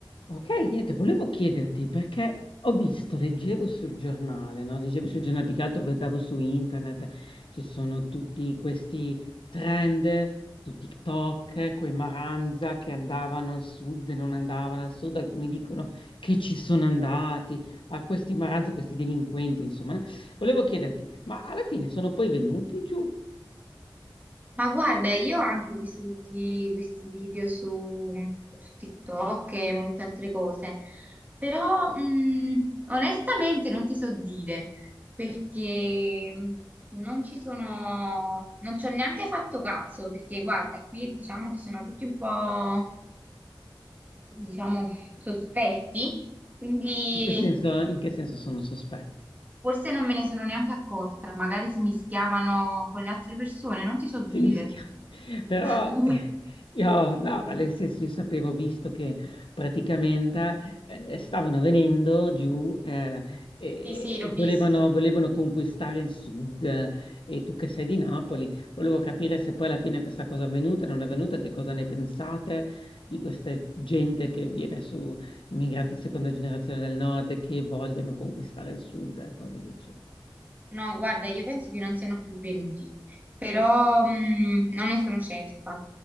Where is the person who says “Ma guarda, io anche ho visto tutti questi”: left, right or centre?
Right